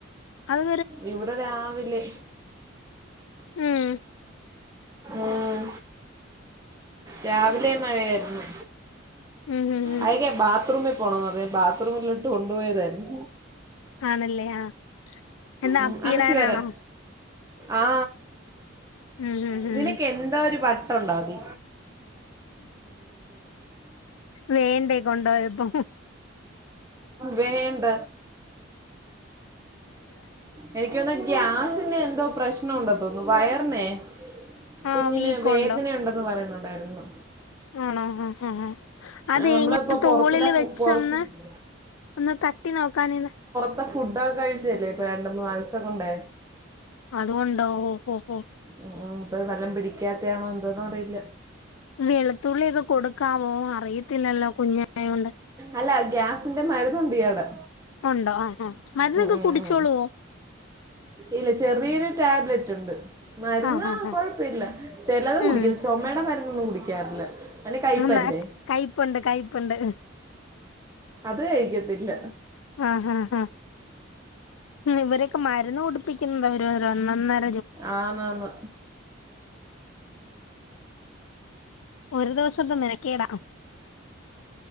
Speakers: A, on the left (about 85°); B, on the right (about 15°).
A: അത്
B: ഇവിടെ രാവിലെ
A: ഉം
B: ഉം രാവിലെ മഴയായിരുന്നു.
A: ഉം ഉം ഉം
B: അയിക്ക ബാത്റൂമിൽ പോണോന്നു പറഞ്ഞു. ബാത്റൂമിലോ ട്ട് കൊണ്ടുപോയതാരുന്നു.
A: ആണല്ലേ ആ എന്നാ
B: ഉം,
A: അപ്പീടാനാണോ
B: അമ്മച്ചി വരാൻ ആ
A: ഉം ഉം
B: ഇതിനൊക്കെ
A: ഉം
B: എന്താ ഒരു ട്ടൊണ്ടാതി
A: വേണ്ടേ കൊണ്ട്പോയപ്പോ
B: വേണ്ട എനിക്ക് തോന്നുന്നു ഗ്യാസിന്റെ എന്തോ പ്രശ് നണ്ടെന്നു തോന്നുന്നു വയറിനെ കുഞ്ഞിന്
A: ആഹ് വീക്കോണ്ടോ
B: വേദനയുണ്ടെന്ന് പറയുന്നുണ്ട്. ഉണ്ടായിരുന്നു.
A: ആണോ ആഹ് ആഹ് ആഹ് അതേ
B: നമ്മളിപ്പോ
A: ഇങ്ങനെ തോളില്
B: പുറത്തിലെ ഫു-
A: വെച്ചൊന്നു
B: പുറത്ത്
A: ഒന്ന് തട്ടി നോക്കാനെന്ന്
B: പ്പോ ഫുഡ് ഒക്കെ കഴി ച്ചെയല്ലേ ഇപ്പ രണ്ട് മൂന്ന് <unintelligible> ഉണ്ടേ
A: അതുകൊണ്ടോ ഓഹ് ഓഹ്
B: ആ ഇപ്പം വല്ലോം പിടിക്കാത്തയാണോ എന്തോന്ന് അറിയില്ല.
A: വെളുത്തുള്ളിയൊക്കെ കൊടുക്കാവോ അറിയത്തില്ലല്ലോ കുഞ്ഞായോണ്ട്.
B: അല്ല ഗ്യാസിന്റെ മരുന്നുണ്ട് ഇയാടെ
A: ഉണ്ടോ ആ ആ മരുന്നൊക്കെ
B: ഉം, ഉം,
A: കുടിച്ചോളുവോ?
B: ഉം. ഇല്ല ചെറിയൊരു ടാബ്ലറ്റ് ഉണ്ട്. മരുന്ന്
A: ആഹ് ആഹ് ആഹ്
B: കൊഴപ്പമില്ല ചിലത് കുടിക്കത്തില്ല
A: ഉം
B: ചുമയുടെ മരു ന്നൊന്നും ഒന്നും കുടിക്കാറില്ല. അതിന് കയ്പല്ലേ
A: ആഹ്‌ കയ്പ്പുണ്ട് കയ്പ്പുണ്ട്
B: അത് കഴിക്കത്തില്ല
A: ആഹ് ആഹ് ആഹ് ഇവരൊക്കെ മരു രുന്നു കുടിപ്പിക്കുന്നത് ഒരൊന്നന്നര
B: ആന്നാന്ന്.
A: ഒരു ദിവസത്ത മെനക്കേടാ.